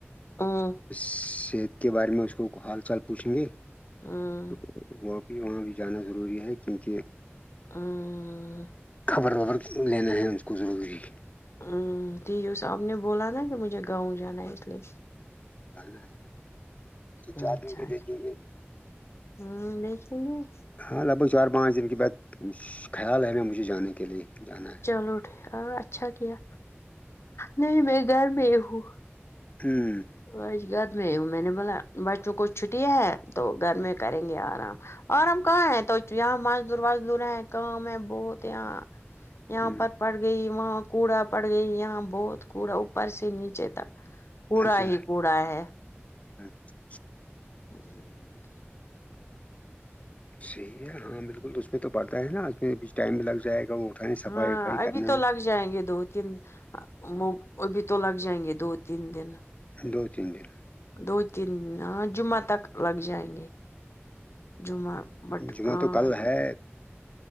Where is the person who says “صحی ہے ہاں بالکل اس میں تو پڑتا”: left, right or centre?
Left